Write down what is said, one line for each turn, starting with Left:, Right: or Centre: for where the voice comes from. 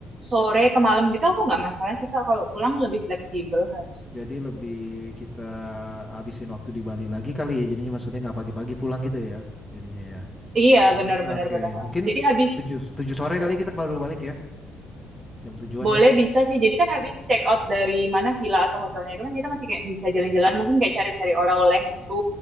Right: sore ke malam gitu aku nggak masalah sih Kak. Kalau pulang lebih fleksibel harusnya.
Centre: Jadi lebih kita habisin waktu di Bali lagi kali ya. Jadinya maksudnya nggak pagi-pagi pulang gitu ya. Jadinya ya.
Right: Iya,
Centre: Ah,
Right: benar-benar
Centre: Oke,
Right: benar. benar,
Centre: mungkin
Right: benar. Jadi habis
Centre: 7 7 sore
Right: eh,
Centre: kali
Right: eh,
Centre: kita baru balik ya. Jam tujuan
Right: boleh
Centre: ya.
Right: bisa sih. Jadi kan habis check out dari mana villa atau hotelnya itu kan kita masih kayak bisa jalan-jalan, mungkin kayak cari-cari oleh-oleh gitu.